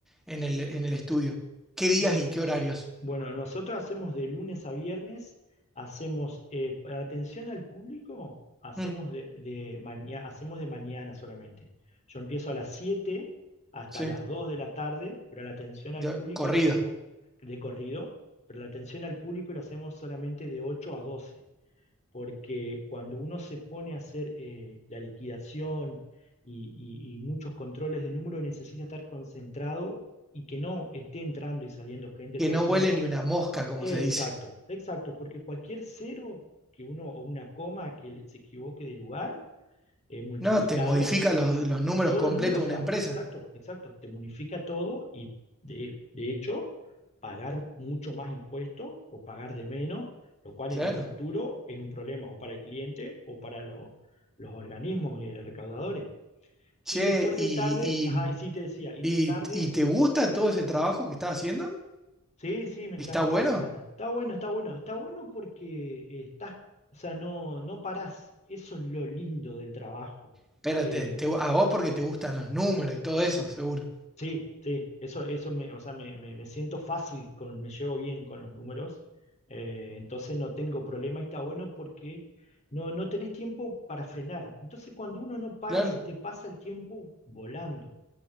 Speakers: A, in the centre; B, on the left.
A: en el, en el estudio? ¿Qué días
B: Bueno,
A: y qué horarios?
B: bueno, nosotros hacemos de lunes a viernes, hacemos, eh, para atención al público, hacemos
A: Mm,
B: de, de mañana, hacemos de mañana solamente. Yo empiezo a las 7 hasta
A: sí,
B: las 2 de la tarde, pero la atención
A: de-
B: al público
A: corrido.
B: la hacemos de corrido, pero la atención al público la hacemos solamente de 8 a 12. porque cuando uno se pone a hacer eh, la liquidación y, y- y muchos controles de número, necesita estar concentrado y que no esté entrando y saliendo gente
A: Que
B: todo
A: no
B: el tiempo.
A: vuele ni una mosca, como
B: Exacto,
A: se dice.
B: exacto, porque cualquier cero que uno o una coma que se equivoque de lugar, eh, multiplicalo
A: No, te modifica los, los números
B: todos
A: completos
B: los números,
A: de
B: o sea,
A: una empresa.
B: exacto, exacto, te bonifica todo y de, de hecho pagar mucho más impuesto o pagar de menos, lo cual
A: Claro.
B: en el futuro es un problema o para el cliente o para lo, los organismos eh, recaudadores.
A: Che,
B: Y después de
A: y,
B: tarde, ajá, y sí te decía, y
A: y,
B: de tarde,
A: y, y te gusta todo ese trabajo que estás haciendo?
B: sí, sí, me encanta,
A: ¿Está bueno?
B: me encanta. Está bueno, está bueno, está bueno porque eh, estás, o sea, no, no parás, eso es lo lindo del trabajo.
A: Espérate,
B: Eh,
A: te- a vos porque te gustan los números y todo eso, seguro.
B: Sí, sí, eso, eso me, o sea, me, me- me siento fácil, con, me llevo bien con los números, eh, entonces no tengo problema, y está bueno porque no, no tenés tiempo para frenar. Entonces cuando uno no para,
A: Claro.
B: se te pasa el tiempo volando.